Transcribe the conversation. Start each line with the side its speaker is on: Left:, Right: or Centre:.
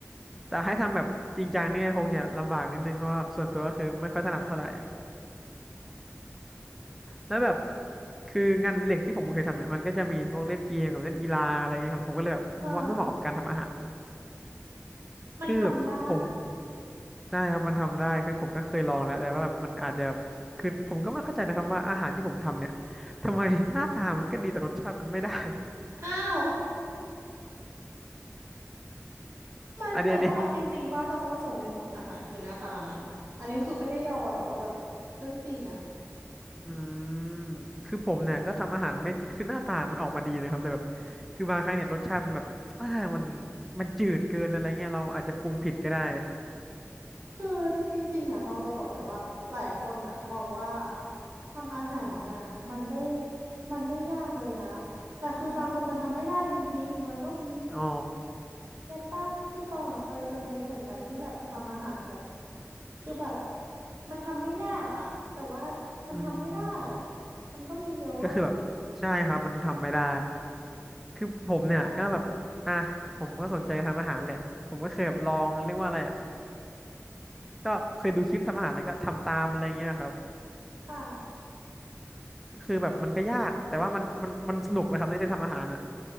Centre: แต่ให้ทำแบบจริงจังนี่คงจะลำบากนิดนึงเพราะว่าส่วนตัวก็คือไม่ค่อยถนัดเท่าไหร่แล้วแบบคืองานอดิเรกที่ผมเคยทำเนี่ยมันก็จะมีพวกเล่นเกมกับเล่นกีฬาอะไรเงี้ยครับผมก็เลยแบบว่าไม่เหมาะกับการทำอาหาร
Right: เออมันทำได้
Centre: คือแบบผมใช่ครับมันทำได้คือผมก็เคยลองแล้วแต่ว่าแบบมันอาจจะคือผมก็ไม่เข้าใจนะครับว่าอาหารที่ผมทำเนี่ยทำไมหน้าตามันก็ดีแต่รสชาติมันไม่ได้
Right: อ้าว
Centre: <laughs>
Right: มันแต่ว่าเอาจริงๆป้าตองว่าส่วนหนึ่งของอาหารคือหน้าตานะอันนี้คือไม่ได้ยอแต่ว่าแบบเรื่องจริงอะ
Centre: อันนี้อันนี้ อืมคือผมเนี่ยก็ทำอาหารไม่คือหน้าตามันออกมาดีนะครับแต่แบบคือบางครั้งเนี่ยรสชาติมันแบบอ่ามันมันจืดเกินอะไรเงี้ยเราอาจจะปรุงผิดก็ได้
Right: คือจริงๆอ่ะตองจะบอกเลยว่าหลายคนอ่ะมองว่าทำอาหารอ่ะมันไม่มันไม่ยากเลยนะแต่คือบางคนมันทำไม่ได้จริงๆมันก็มี
Centre: อ๋อ
Right: เก็ตปะคือตองอ่ะเคยเจอมาเยอะเหมือนกันที่แบบทำอาหารแบบคือแบบมันทำไม่ยากอ่ะแต่ว่ามันทำไม่ได้อ่ะ
Centre: อืม
Right: มันก็มีเยอะ
Centre: ก็คือแบบใช่ครับมันทำไม่ได้ คือผมเนี่ยก็แบบอ่ะผมก็สนใจทำอาหารแหละ
Right: ใช่
Centre: ผมก็เคยแบบลองเรียกว่าอะไรอ่ะก็เคยดูคลิปทำอาหารแล้วก็ทำตามอะไรเงี้ยครับ
Right: ค่ะ
Centre: คือแบบมันก็ยากแต่ว่ามันมันมันสนุกนะครับได้ได้ทำอาหารอ่ะ